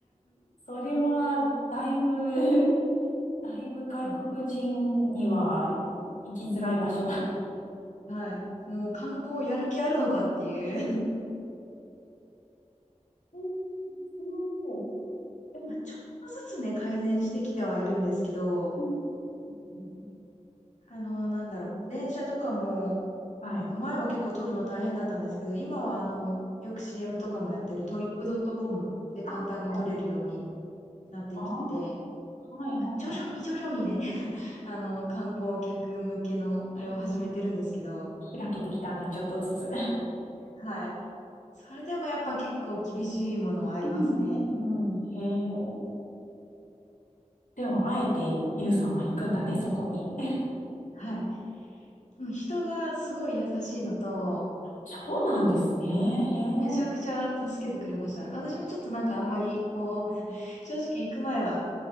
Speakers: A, on the left; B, on the left.
A: それは、だいぶ、<laughs> だいぶ外国人には
B: うん。
A: 行きづらい場所だ。
B: はい。もう観光やる気あるのかっていう
A: えすごい。
B: <laughs>
A: うん
B: まあ、ちょっとずつね、改善してきてはいるんですけど、
A: うんうん
B: あの、なんだろう、電車とかも、
A: はい。
B: あの、前は結構撮るの大変だったんですけど、今はあの、よく CM とかもやってるトリップドットコムで簡単に撮れるように
A: あはい。
B: なってきてて、
A: ああ、はいはい。
B: ま、徐々に徐々にね <laughs> あの、観光客向けのあれを始めてるんですけど、
A: ひ、開けてきたんだ、ちょっとずつ。
B: はい。それでもやっぱ結構厳しいものはありますね。
A: うん、うん、うん。へえ。でも、あえて、ゆうさんは行くんだね、そこに。<laughs>
B: はい。うん人がすごい優しいのと、
A: そうなんですね。へえ。
B: めちゃくちゃ助けてくれました。私もちょっとなんかあんまり、こう、<laughs> 正直行く前は、